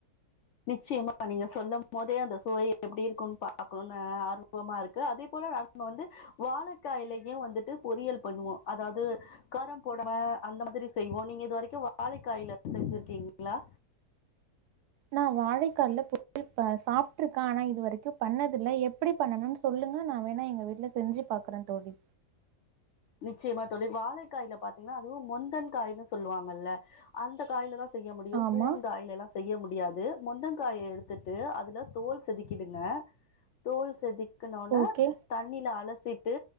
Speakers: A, on the left; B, on the right.
A: நிச்சயமா நீங்க சொல்லும் போதே அந்த சுவை எப்டி இருக்குன்னு பாக்கணுன்னு ஆர்வமா இருக்கு அதே போல நான் நா வந்து வாழைக்காய்லயு வந்துட்டு பொறியல் பண்ணுவோ அதாவது காரம் போடம அந்த மாதிரி செய்வோ நீங்க இது வரைக்கு வாழைக்காய்ல செஞ்சிருக்கீங்களா
B: நா வாழைக்காய்ல பொரி சாப்ட்டுருக்க ஆனா இது வரைக்கும் பண்ணதில்ல எப்டி பண்ணணுன் சொல்லுங்க நா வேணா எங்க வீட்ல செஞ்சு பாக்குறன் தோழி
A: நிச்சயமா தோழி வாழைக்காய்ல பாத்தீங்கன்னா அதுவு மொந்தன் காய்ன்னு சொல்லுவாங்கல்ல அந்த காயில தா செய்ய முடியும்
B: ஆமா
A: பூவன் காயில எல்லா செய் செய்ய முடியாது மொந்தங்காய எடுத்துட்டு அதுல தோல் செதுக்கிடுங்க தோல் செதுக்கணுன்னா
B: ஓகே
A: தண்ணில அலசிட்டு